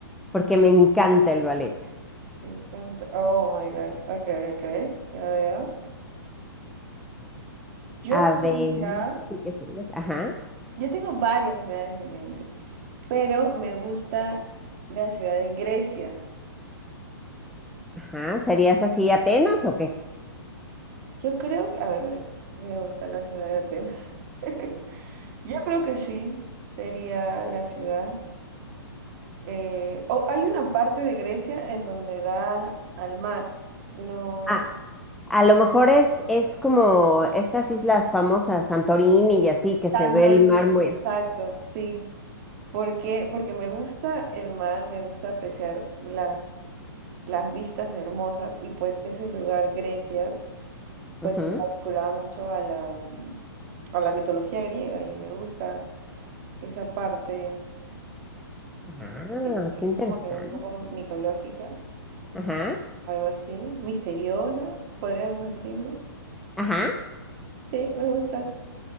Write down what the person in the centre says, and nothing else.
porque me encanta el ballet.
A
ver, ¿tú qué serías? Ajá,
ajá. ¿Serías así Atenas o qué?
Ah, a lo mejor es, es como estas islas famosas, Santorini y así, que
se ve el
mar muy...
as-
Ujú.
Ah,
qué interesante.
Ajá,
ajá.